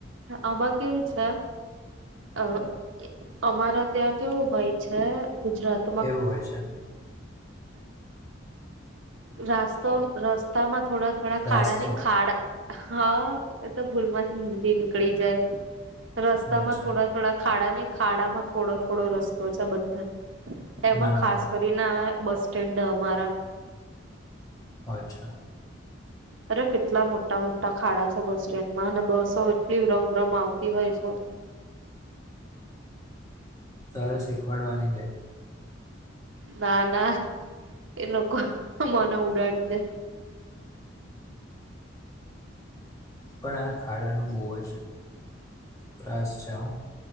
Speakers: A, on the right; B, on the left.
A: આમાં કેવું છે અ અમારા ત્યાં કેવું હોય છે ગુજરાત
B: કેવું હોય છે?
A: રાસ્તો રસ્તામાં થોડા થોડા
B: રાસ્તો
A: ખાડા ને ખાડા હા એતો ભૂલમાંથી હિન્દી નીકળી જાય રસ્તામાં
B: અચ્છા
A: થોડા થોડા ખાડા ને ખાડામાં થોડો થોડો રસ્તો છે બધા એમાં
B: ના
A: ખાસ
B: હોય
A: તો ઈ ના બસ સ્ટેન્ડ અમારા
B: અચ્છા
A: અરે કેટલા મોટા મોટા ખાડા છે બસસ્ટેન્ડમાં અને બસો એટલી રમ -રમ આવતી હોય છે.
B: તારે શીખવાડવાની છે
A: ના ના એલોકો મને ઉડાડી દે
B: પણ આ ખાડાનું બહુ અ જ ત્રાસ છે હો.